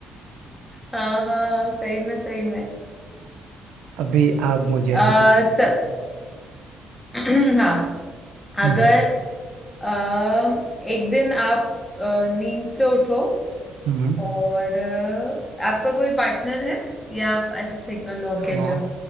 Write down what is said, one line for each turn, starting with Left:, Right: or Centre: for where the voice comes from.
Left: हाँ हाँ सही में सही में
Right: अभी आप मुझे
Left: आ,
Right: ऐसी कोई सिचुएशन
Left: चल <clears throat> हाँ अगर
Right: हम्म
Left: अम, एक दिन आप अ, नींद से उठो
Right: हम्म
Left: और अ, आपका कोई पार्टनर है या आप ऐसे सिंगल हो अकेले
Right: हाँ हाँ।
Left: हो